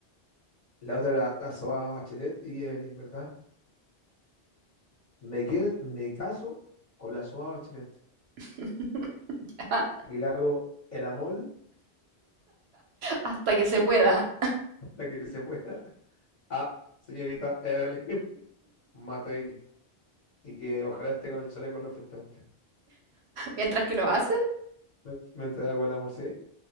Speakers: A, on the left; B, on the right.
A: la otra era la Soa Bachelet y Evelyn, ¿verdad? Me, que- me caso con la Soa Bachelet
B: <laughs> Ya.
A: y le hago el amor
B: Hasta que se pueda.
A: hasta que se pueda <laughs> a señorita Evelyn <laughs> Matei y que ojalá esté con el chaleco reflectante.
B: Mientras que lo hacen,
A: ¿Me, me entrega el amor, sí?